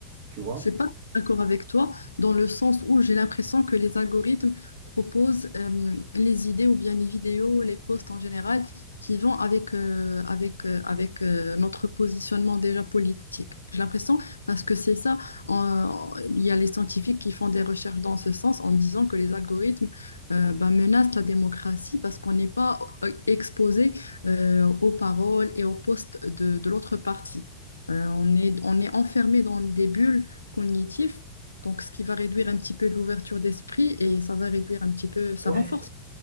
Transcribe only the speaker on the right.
tu vois?
Ouais.